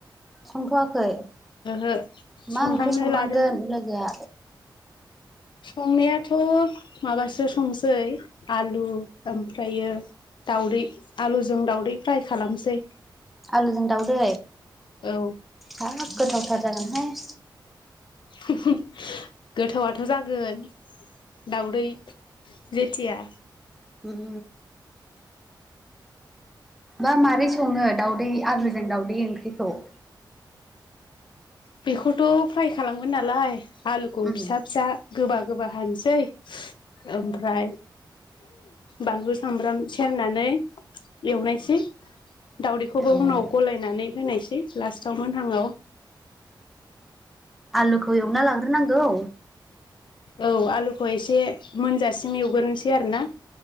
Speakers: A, in the centre; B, on the left (about 70°).
A: संथ'वाखै
B: ओहो
A: मा
B: संहांनो
A: ओंख्रि संलांगोन
B: लादों
A: लोगोआ?
B: संनायाथ' माबासो संसै आलु ओमफ्रायो दाउदै आलुजों दाउदै फ्राय खालामसै।
A: आलुजों दाउदै
B: औ
A: हाब गोथावथार जागोनहाय।
B: <unintelligible> गोथावआथ' जागोन। दावदै जेथिया
A: उम बा माबारै सङो दावदै आलुजों दावदै ओंख्रिखौ?
B: बेखौथ' फ्राय खालामगोन नालाय। आलुखौ
A: उम
B: फिसा फिसा गोबा गोबा हानोसै ओमफ्राय बानलु, सामब्राम सेरनानै एवनायसै दावदैखौबो
A: औ
B: उनाव गलायनानै होनायसै लास्टाव मोनहांङाव।
A: आलुखौ एवना लाग्रोनांगौ
B: औ आलुखौ एसे मोनजासिम एवगोरोसै आरो ना?